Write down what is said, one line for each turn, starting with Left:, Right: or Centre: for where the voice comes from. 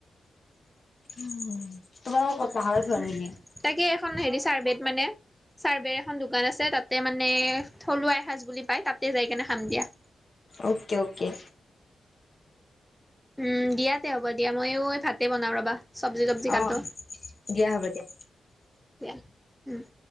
Left: উম, তোমালোকে
Centre: উম
Left: ক'ত পাহাৰত যোৱা নেকি?
Centre: তাকে এখন হেৰি চাৰ্বেত মানে, চাৰ্বেৰ এখন দোকান আছে, তাতে মানে থলুৱা এসাঁজ বুলি পায় তাতে যাই কিনে খাম দিয়া।
Left: Okay okay.
Centre: উম্ দিয়াতে হ'ব দিয়া মইও এই ভাতেই বনাও ৰবা, চব্জি তবজি
Left: অ
Centre: কাটো।
Left: দিয়া হ'ব দিয়া
Centre: এয়া, উম্।